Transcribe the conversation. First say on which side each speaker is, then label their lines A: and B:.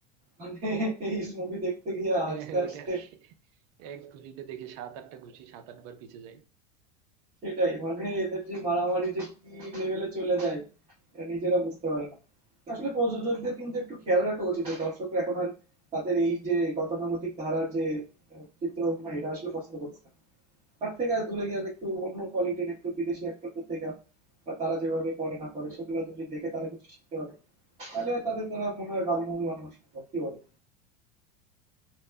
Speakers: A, on the right; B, on the right.
A: মানে এই মুভি দেখতে গিয়ে
B: হ্যাঁ
A: হাসতে
B: হ্যাঁ
A: হাসতে
B: ওটা আর কি এক ঘুষিতে দেখি সাত আটটা ঘুষি সাত আটবার পিছে যায়
A: সেটাই মানে এদের যে মারামারি যে কি লেভেলে চলে যায় এরা নিজেরা বুঝতে পারে না আসলে প্রযোজকদের কিন্তু একটু খেয়াল রাখা উচিত যে দর্শকরা এখন আর তাদের এই যে গতানুগতিক ধারার যে আহ, চিত্র অভিনয় এটা আসলে পছন্দ করছে না তার থেকে আর দূরে গিয়ে একটু অন্য কোয়ালিটির একটু বিদেশি অ্যাক্টরদের থেকে বা তারা যেভাবে করে না করে সেগুলো যদি দেখে তারা কিছু শিখতে পারে তাহলে তাদের দ্বারা মনে হয় ভালো মুভি বানানো সম্ভব কি বলে